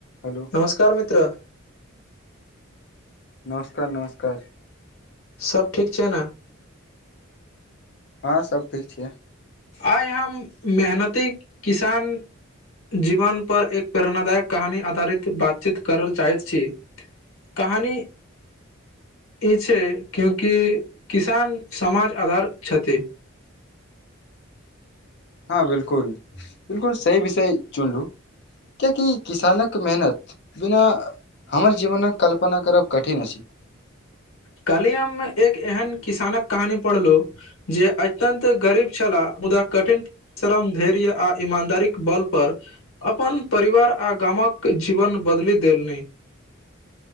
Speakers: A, on the left (about 55°); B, on the left (about 85°).
A: Hello.
B: नमस्कार मित्र।
A: नमस्कार नमस्कार
B: सभ ठीक छै ने
A: हँ सभ ठीक छियै
B: आई हम मेहनती किसान जीवन पर एक प्रेरणादाय कऽ कहानी आधारित बातचीत करल चाहैत छी कहानी। ई छै कियुकि किसान समाज आधार छथि्ष
A: हँ बिल्कूल बिल्कूल सही विषय चुनलू कियकि किसानक मेहनत बिना हमर जीवन कऽ कल्पना करब कठिन अछि
B: कल्हि हम एक एहन किसानक कहानी पढ़लहुँ जे अत्यन्त गरीब छलाहदा। कठिन परिश्रम धैर्य आ ईमानदारी कऽ बल पर अपन परिवार आ गामकऽ जीवन बदली देलनि